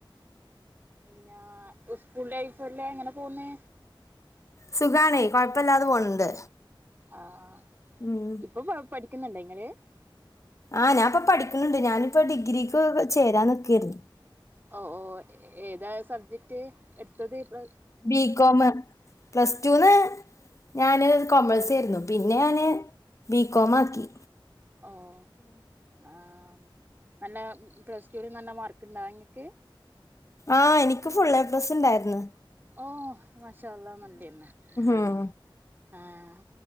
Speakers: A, on the right; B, on the left.
A: പിന്നാ ഉസ്കൂൾലൈഫല്ല എങ്ങനെ പോവുന്ന്
B: സുഖണേയ് കൊഴപ്പല്ലാതെപോണ്‌ണ്ട്
A: ആഹ്
B: ഉം..
A: ഇപ്പൊ പാ പഠിക്ക്ന്ന്ണ്ട ഇങ്ങള്
B: ആഹ് ഞാൻപ്പ പഠിക്ക്ണ്‌ണ്ട് ഞാനിപ്പോ ഡിഗ്രിക്ക് ചേരാന്നിക്കേര്ന്ന്
A: ഓഹ് ഓഹ് ഏതാ സബ്ജെക്ട് എട്ത്തത് പ്ല
B: ബികോമ് പ്ലസ്‌റ്റൂന്ന് ഞാന് കൊമേഴ്സേര്ന്നു പിന്നെ ഞാന് ബീകോമാക്കി
A: ഓഹ് ആം നല്ല പ്ലസ്ടുല് നല്ല മാർക്ക്ണ്ടാഇങ്ങക്ക്
B: ആഹ് എനിക്ക് ഫുള്ളേപ്ലസ്ണ്ടാര്ന്ന്
A: ഓഹ് മാഷാഅള്ളാ നല്ലെന്നെ ആ
B: ഉം.
A: ആഹ്